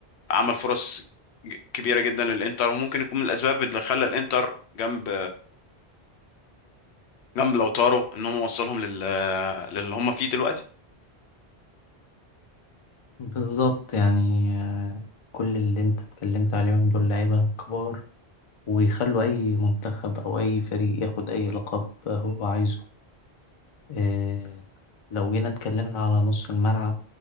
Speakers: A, on the left; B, on the left.
A: عمل فرص ج- كبيره جدا للانتر وممكن يكون من الاسباب اللي خلى الانتر جنب جنب لوتارو ان هم وصلهم لل للي هم فيه دلوقتي
B: بالظبط يعني آه، كل اللي أنت اتكلمت عليهم دول لعيبة كبار ويخلوا أي منتخب أو أي فريق ياخد أي لقب هو عايزه آه، لو جينا اتكلمنا على نص الملعب